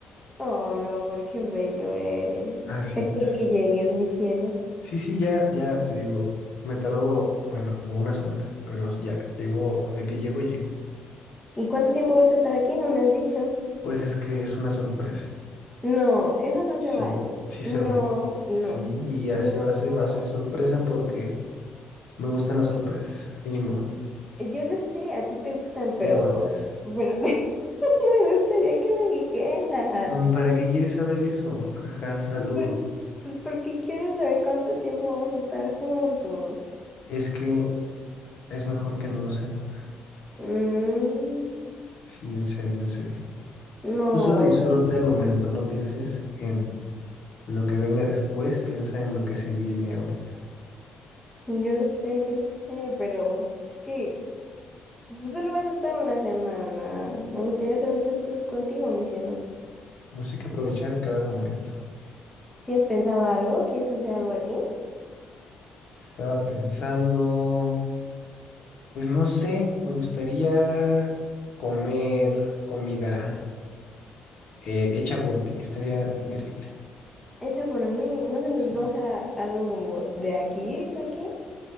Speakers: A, in the centre; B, on the left.
A: Oh, mi amor, qué bello eres.
B: Así
A: Ya
B: es.
A: quiero que llegues, mi cielo.
B: Sí, sí, ya, ya te digo, me tardó, bueno, como una semana, pero ya llegó, de que llego, llego.
A: ¿Y cuánto tiempo vas a estar aquí? No me has dicho.
B: Pues es que es una sorpresa.
A: No, eso no
B: Sí,
A: se vale.
B: sí se
A: No,
B: vale.
A: no,
B: Sí, y así
A: no.
B: va a ser, va a ser sorpresa porque me gustan las sorpresas. Y ni modo,
A: Yo lo sé, a ti te gustan, pero,
B: te aguantes.
A: pero <laughs> me gustaría que me dijeras.
B: Mm, ¿Para qué quieres saber eso? Jaja, saludo.
A: Pues, por- pues porque quiero saber cuánto tiempo vamos a estar juntos.
B: Es que es mejor que no lo sepas.
A: Mm,
B: Sí, en serio, en serio.
A: no,
B: Tú solo disfruta el momento, no pienses en lo que venga después, piensa en lo que se viene ahorita.
A: yo lo sé, yo lo sé, pero es que tú solo vas a estar una semana. Me gustaría hacer muchas cosas contigo, mi cielo.
B: Pues hay que aprovechar cada momento.
A: ¿Tienes pensado algo? ¿Quieres hacer algo aquí?
B: Estaba pensando, pues no sé, me gustaría comer comida eh, hecha por ti, estaría increíble.
A: Hecha por mí. ¿No se te
B: Sí.
A: antoja algo como de aquí, de aquí?